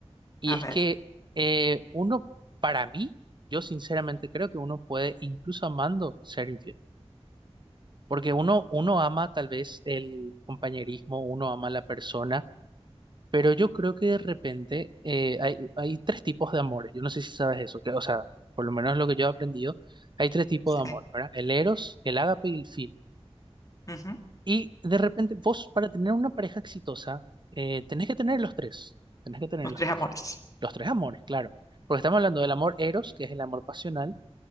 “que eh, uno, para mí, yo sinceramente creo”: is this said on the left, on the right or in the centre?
Right